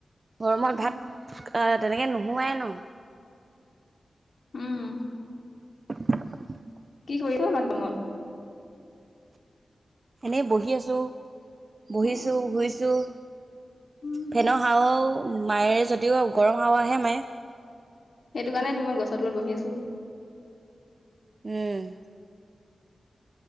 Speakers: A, on the right; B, on the left.
A: গৰমত
B: অ
A: ভাত তেনেকে নোহোৱাই ন
B: উম
A: <unintelligible>
B: কি কৰিছ মমান ব মন
A: এনেই বহি আছোঁ বহিছোঁ
B: অ
A: শুইছোঁ
B: উম
A: ফেনৰ হাৱাও মায়ে যদিও গৰম হাৱা হে মায়ে
B: সেইটো কাৰণে তো মই গছৰ তলত বহি আছো
A: হম